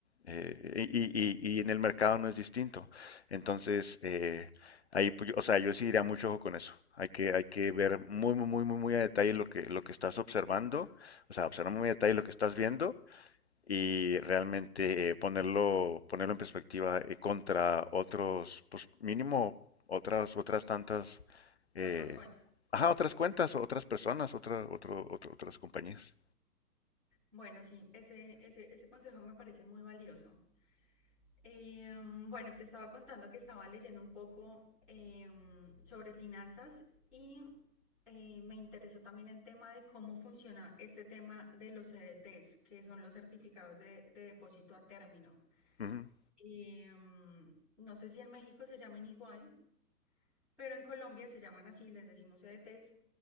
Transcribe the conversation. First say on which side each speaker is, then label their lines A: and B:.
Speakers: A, on the left; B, in the centre.
A: eh, y, y- y en el mercado no es distinto. Entonces, eh, ahí, pues, o sea, yo sí diría mucho ojo con eso. Hay que, hay que ver muy, muy, muy, muy, muy a detalle lo que, lo que estás observando, o sea, observar muy a detalle lo que estás viendo y realmente eh, ponerlo, ponerlo en perspectiva eh, contra otros, pues mínimo otras, otras tantas, eh,
B: otras fuentes.
A: ajá, otras cuentas, otras personas, otra, otro, otro- otras compañías.
B: Bueno, sí, ese, ese, ese consejo me parece muy valioso. Em, bueno, y te estaba contando que estaba leyendo un poco em, sobre finanzas y eh, me interesó también el tema de cómo funciona este tema de los CDTs, que son los certificados de, de depósito a término.
A: Ujú,
B: Em, no sé si en México se llamen igual, pero en Colombia se llaman así, les decimos EDTs,